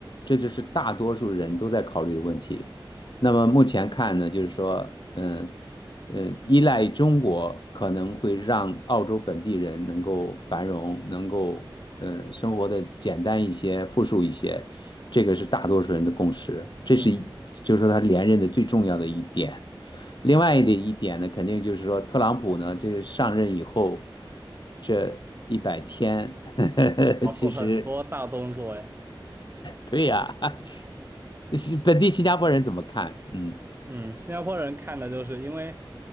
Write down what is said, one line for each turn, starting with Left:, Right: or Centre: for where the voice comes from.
Left: 这就是大多数人都在考虑的问题。那么目前看呢，就是说，嗯，呃，依赖中国可能会让澳洲本地人能够繁荣，能够呃生活的简单一些、富庶一些，这个是大多数人的共识，这是一就是说他连任的最重要的一点。
Right: 嗯，
Left: 另外的一点呢，肯定就是说，特朗普呢，这个上任以后，这一百天，<laughs>
Right: 搞出很多大动作呀。
Left: 其实对呀、<laughs> 是本地新加坡人怎么看？嗯，
Right: 嗯，新加坡人看的就是因为，